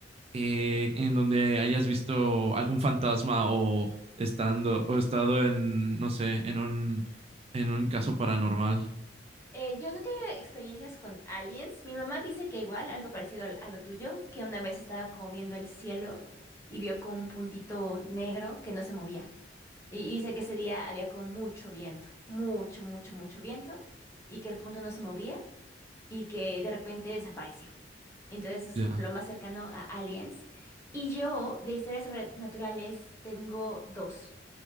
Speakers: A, on the right (about 35°); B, on the left (about 15°).
A: eh, en donde hayas visto algún fantasma o estando o estado en, no sé, en un en un caso paranormal.
B: Eh, yo no he tenido experiencias con aliens. Mi mamá dice que igual, algo parecido al- a lo tuyo, que una vez estaba como viendo el cielo y vio como un puntito negro que no se movía. Y y dice que ese día había como mucho viento, mucho, mucho, mucho viento, y que el punto no se movía y que de repente desapareció. Entonces es
A: Ya.
B: como lo más cercano a aliens. Y yo de historias sobrenaturales tengo dos.